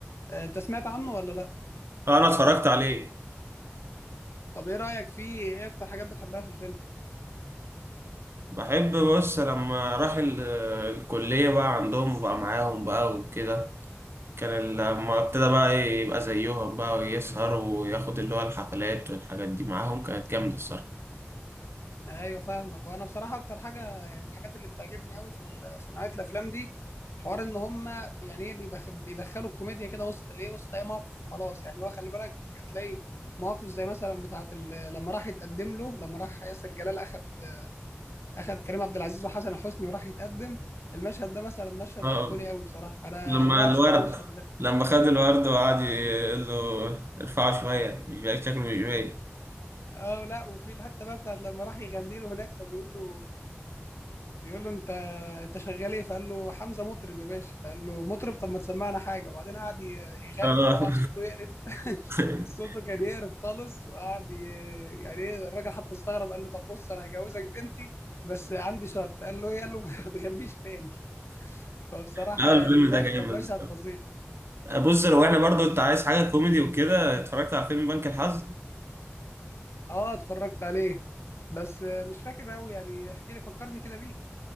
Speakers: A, on the left (about 70°); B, on the right (about 60°).
A: آه، انت سمعت عنه ولا لا
B: آه، انا اتفرجت عليه
A: طب ايه رأيك فيه ايه اكتر حاجات بتحبها في الفيلم
B: بحب بص لما راح ال- الكليه بقى عندهم بقى معاهم بقى وكده كان ال- لما ابتدى بقى إيه يبقى زيهم بقى ويسهر وياخد اللي هو الحفلات والحاجات دي معاهم كانت جامده الصراحه
A: آه، ايوه فاهمك وانا بصراحة اكتر حاجة يعني من الحاجات اللي بتعجبني قوي في ال- في نوعية الافلام دي حوار ان هم يعني ايه بيدخ- بيدخلوا الكوميديا كده وسط الايه وسط اي موقف وخلاص يعني هو خلي بالك هتلاقي مواقف زي مثلا بتاعه ال- <hesitation> لما راح يتقدم له لما راح ياسر جلال اخد اخد كريم عبد العزيز وحسن حسني وراح يتقدم المشهد ده مثلا مشهد
B: اه
A: ايقوني قوي بصراحة انا
B: لما
A: انا بعشق
B: الورد
A: المشهد ده
B: لما خد الورد وقعد يقول له ارفعه شويه مش باين- شكله مش باين
A: اه لا وفي الحته بقى بتاعت لما راح يغني له هناك فبيقول له بيقول له انت انت شغال ايه فقال له حمزه مطرب يا باشا فقال له مطرب طب ما تسمعنا حاجه وبعدين قعد ي- يغني
B: اه
A: وطبعا صوته يقرف <laughs>
B: <laughs> <laughs>
A: صوته كان يقرف خالص وقعد ي- يعني ايه الراجل حتى استغرب قال له طب بص انا هجوزك بنتي بس عندي شرط قال له ايه قال له <laughs> ما تغنيش تاني فبصراحه
B: لا
A: يعني
B: الفيلم
A: لا
B: ده جامد
A: كان مشهد
B: بصراحة.
A: فظيع
B: بص لو احنا برضو انت عايز حاجة كوميدي وكده اتفرجت على فيلم بنك الحظ
A: اه اتفرجت عليه بس مش فاكر قوي يعني احكي لي فكرني كده بيه